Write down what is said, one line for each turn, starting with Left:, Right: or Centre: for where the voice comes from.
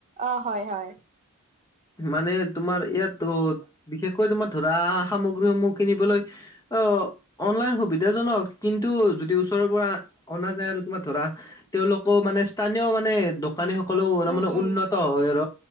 Right: অ হয় হয়।
Left: মানে তোমাৰ ইয়াত ওত বিশেষ কৈ তোমাত ধৰা সামগ্ৰীসমূহ কিনিবলৈ অ অনলাইন সুবিধাজনক কিন্তু যদি ওচৰৰ পৰা অনা যায় আৰু তোমাৰ ধৰা তেওঁলোকো মানে স্থানীয় মানে দোকানী সকলও
Right: উম, উম,
Left: উন্নত হয় আৰ।